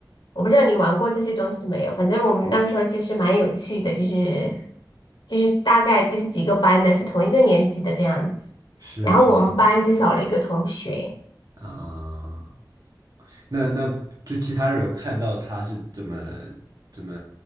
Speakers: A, on the left; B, on the right.
A: 我不知道你玩过这些东西没有，反正我们那个时候就是蛮有趣的，就是就是大概就是几个班的是同一个年级的这样子。
B: 是是是
A: 然后我们班就少了一个同学，
B: 啊，那那就其他人有看到他是怎么怎么